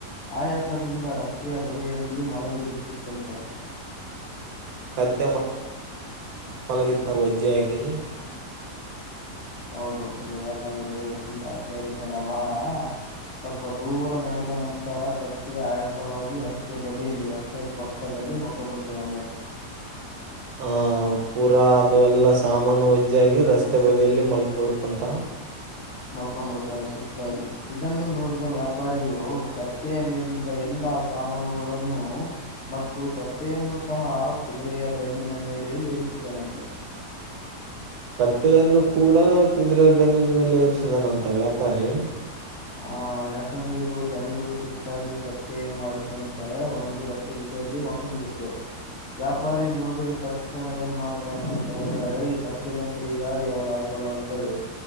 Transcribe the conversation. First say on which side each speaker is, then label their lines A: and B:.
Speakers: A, on the left (about 60°); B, on the right (about 75°).
A: ಆಯಾಸದಿಂದ ರಸ್ತೆಯ ಬದಿಯೆಯಲ್ಲಿ ಮಲಗೆಿಡಿಸುತ್ತಂತೆ.
B: ಕತ್ತೆ ಮಲಗುತ್ತಾ ವಜ್ಜೆ ಆಾಗಿಿ.
A: ಹೌದು ಅೌದು ಯಾಕಂದ್ರೆ ಒಜ್ಜಿ ಜಾಸ್ತಿ ಆಗಿದ್ನಲ್ಲ ಭಾರ. ಸ್ವಲ್ಪ ದೂರ ನಡೆದ ನಂತರ ಕತ್ತೆ ಆಯಾಸವಾಗಿ ರಸ್ತೆ ಬದಿಯಲ್ಲಿ ರಸ್ತೆ ಪ. ದಲ್ಲಿ ಮೊಕ್ಕಮ್ ಬಿಡ್ತೀವಿ ಅಲ್ಲೇ.
B: ಆಹ ಪೂರಾ ಅದು ಎಲ್ಲ ಸಾಮಾನು ವಜ್ಜಾಗಿ ರಸ್ತೆ ಬದಿಯಲ್ಲಿ ಮಲ್ಕೊಳುತ್ತಂತ.
A: ಮಲ್ಕೊಂಬುಡತವೆ ಸುಸ್ತಾಗಿ, ಇದನ್ನು ನೋಡಿದ ವ್ಯಾಪಾರಿಯು ಕತ್ತೆಯ ಮೇಲಿದ್ದ ಎಲ್ಲಾ. ಸಾಮಾನುಗಳನ್ನು. ಮತ್ತು ಕತ್ತೆಯನ್ನು ಸಹ ಕುದುರೆಯ ಬೆನ್ನಿನ ಮೇಲೆ ಏರಿಸಿದನಂತೆ.
B: ಕತ್ತೆಯನ್ನು ಕೂಡ ಕುದುರೆ ಬೆನ್ನಿನ ಮೇಲೆ ಏಸಿದನಂತ ವ್ಯಾಪಾರಿ.
A: ಹಾ. - ಯಾಕಂದ್ರೆ ಇದು ದಣಿದು ಸುಸ್ತಾಗಿ ಕತ್ತೆ ಏನ್ ಮಾಡಿತ್ತಂತ ಒಂದು ರಸ್ತೆ ಜೊತೆಯಲ್ಲಿ ಮಕ್. <inaudible> ವ್ಯಾಪಾರಿ ನೋಡಿದ ತಕ್ಷಣ ಏನ್ ಮಾಡ್ತಾನ ಅಂತಂದ್ರೆ ಈ ಕತ್ತಿಗಂತ್ರು ಈಗ ಏಳೋದಗಕಿಲ್ಲ. ಳ